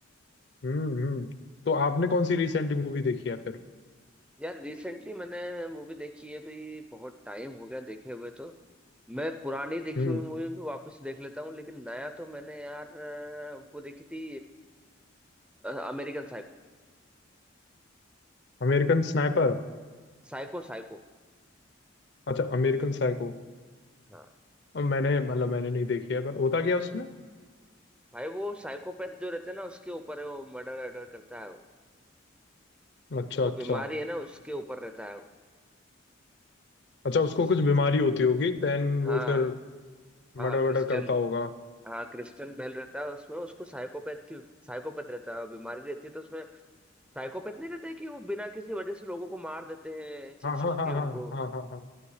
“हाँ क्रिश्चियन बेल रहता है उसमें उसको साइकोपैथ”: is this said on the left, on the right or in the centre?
Centre